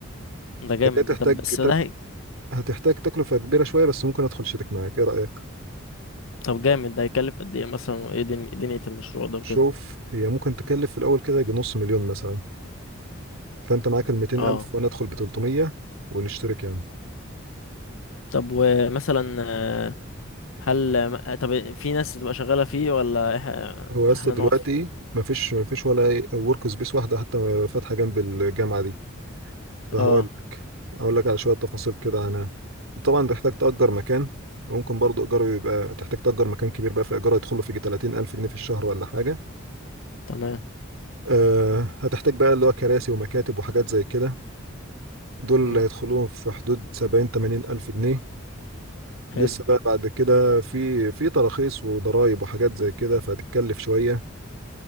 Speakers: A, on the left; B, on the right.
A: ده جامد
B: هي تحتاج
A: ده طب بس ده
B: هتحتاج تكلفة كبيرة شوية بس ممكن ادخل شريك معاك ايه رأيك
A: طب جامد ده هيكلف قد ايه مثلا وايه دن- دنيا المشروع ده وكده
B: شوف هي ممكن تكلف في الاول كده يجي نص مليون مثلا فانت معاك ال 200
A: اه
B: الف وانا ادخل ب 300 ونشترك يعني
A: طب ومثلا آه، هل آه، طب في ناس تبقى شغالة فيه ولا إح-
B: هو يا اسطى
A: احنا
B: دلوقتي
A: نقعد فيه
B: مفيش مفيش ولا ورك سبيس واحدة حتى فاتحة جنب الجامعة دي فهقول
A: اه
B: لك هقول لك على شوية تفاصيل كده عنها طبعا تحتاج تأجر مكان وممكن برضو إيجاره يبقى تحتاج تأجر مكان كبير بقى في إيجاره يدخله في يجي 30 ألف جنيه في الشهر ولا حاجة
A: تمام
B: أه هتحتاج بقى اللي هو كراسي ومكاتب وحاجات زي كده دول اللي
A: امم
B: هيدخلوهم في حدود 70 80 ألف جنيه لسه
A: حلو
B: بقى بعد كده في في تراخيص وضرايب وحاجات زي كده فهتتكلف شوية